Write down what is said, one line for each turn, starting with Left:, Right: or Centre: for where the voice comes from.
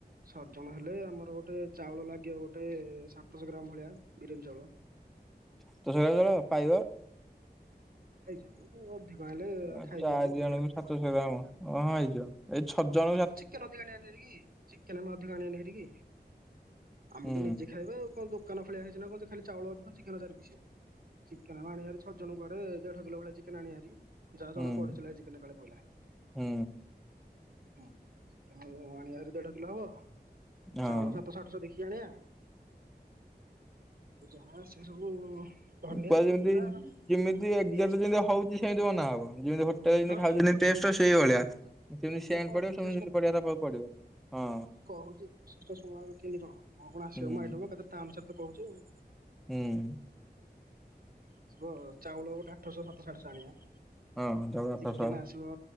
Right: ଛଅ ଜଣ ହେଲେ ଆମର ଗୋଟେ ଚାଉଳ ଲାଗିବ ଗୋଟେ ସାତଶ ଗ୍ରାମ୍ ଭଳିଆ ବିରିୟାନୀ ଚାଉଳ
Centre: <unintelligible> ଳ ପାଇବ?
Right: ହେଇଯିବ ମ ଅଧିକ ହେଲେ
Centre: ଆ,
Right: ଖାଇପାରିବେନି
Centre: ଚାରି ଜଣକୁ
Right: ଫୋପଡା ଫିଙ୍ଗା
Centre: ସାତଶହ
Right: କରିବେ।
Centre: ଗ୍ରାମ ହଁ ହେଇଯିବ। ଏଇ ଛ ଜଣ
Right: ଆମେ ଚିକେନ୍ ଅଧିକା ଆଣିବାନି ହାରିକି କି ଚିକେନ୍ ଆମେ ଅଧିକ ଆଣିବାନି ହାରିକି। ଆମେ
Centre: ହୁଁ
Right: ତ ନିଜେ ଖାଇବା ଆଉ କଣ ଦୁ କାନ ଭଳିଆ ହେଇଚି ନା କଣ ଯେ ଖାଲି ଚାଉଳ ଅଧିକ ଚିକେନ୍ ଚାରି ପିସି ଚିକେନେ ଆଣିବ ହାରି ଛ ଜଣକୁ ଆଡେ ଦେଢ କିଲୋ ଭଳିଆ ଚି କେନ୍ ଆଣିବା ହାରି ଯା
Centre: ହୁଁ
Right: ଜଣଙ୍କୁ ଅଢେଇଶ ଲାଖେ ଚିକେନ୍ ଏକାଳେ ପଇଲା।
Centre: ହୁଁ।
Right: ହୁଁ ଚିକେନେ ଆଣିଆହାରି ଦେଢ କିଲୋ ହବ
Centre: ହଁ।
Right: ଚାଉଳ ସା ତଶ ଆଠଶ ଦେଖିକି ଆଣିଆ ଯାହା ସେ ସବୁ ଧନିଆ
Centre: ପୁରା ଯେମିତି
Right: ପୁଦିନା
Centre: ଯେମିତି ଏଜାକ୍ଟ
Right: ପିଆଜ
Centre: ଯେମିତି ହଉଚି ସେନ୍ତି ବନା ହବ ଯେନ୍ତି ହୋଟେଲରେ ଯେମିତି
Right: ହଁ
Centre: ଖାଉଥିଲେ ଟେଷ୍ଟେ ସେଇ ଭଳିଆ। କିନ୍ତୁ ସେମ୍
Right: ମୁଁ କହୁଛି
Centre: ପଡିବ ସେମିତି ପଡିବା କଥା ପଡିବ ହଁ।
Right: କହୁଚି ପ୍ରୋସେସ୍ ଟା ଶୁଣୁ ଆଗ କେନ୍ତି କଣ। କଣ କଣ ଆସିବ
Centre: ହୁଁ
Right: ମ ଆଇଟମ ଏକାଥରେ ତା ଅନୁସାରେ କହୁଚି ଆଉ।
Centre: ହୁଁ।
Right: ଆସିବ ଚାଉଳ ଗୋଟା ଆଠଶ ସାତଶ ଆଠଶ ଆଣିବା।
Centre: ହଁ। ଜଗ ଆଠଶହ
Right: ଚିକେନ୍ ଆସିବ